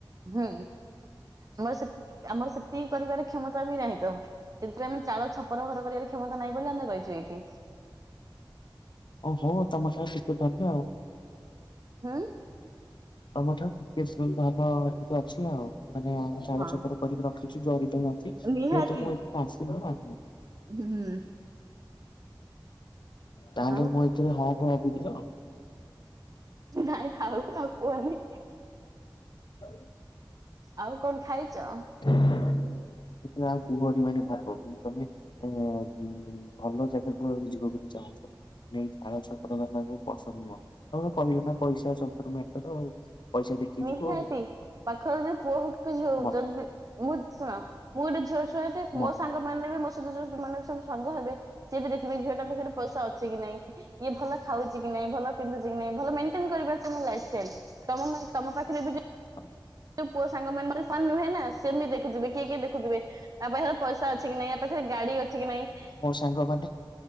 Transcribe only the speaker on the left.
ଓ ହଉ ତମ ସାହି ଟିକେ ପାଖେ ଆଉ।
ତମ ଠାରୁ ଟିକେ ଭଲ ଅଛି ଆଉ। ମାନେ ଆମ ଚାଡଛପର
କରିକି ରଖିଛୁ ଜରି ପାଇଁ ଅଛି ଯେହେତୁ
ମୁଁ ଏଠି ଆସିଥିଲି ବା
ତାହେଲେ
ମୁଁ ଏଥିରେ ହଁ କୁ ଭାବି ଦେଇଦିଅ।
ଆଉ।
<unintelligible> ଏ ଭଲ ଜାଗା କୁ ଆହୁରି ଯିବାକୁ ଚାହୁଁଛ। ନେଇ ଛାଳ ଛତ୍ର ବାଲାକୁ ପସନ୍ଦ ନୁହଁ। ତମେ କହିଲନା ପଇସା ସବୁ ଠାରୁ ମ୍ୟାଟର। ପଇସା ଦେଖିକି
ଯିବ ଆଉ।
ମ
ମ
<unintelligible>
ମୋ ସାଙ୍ଗମାନେ।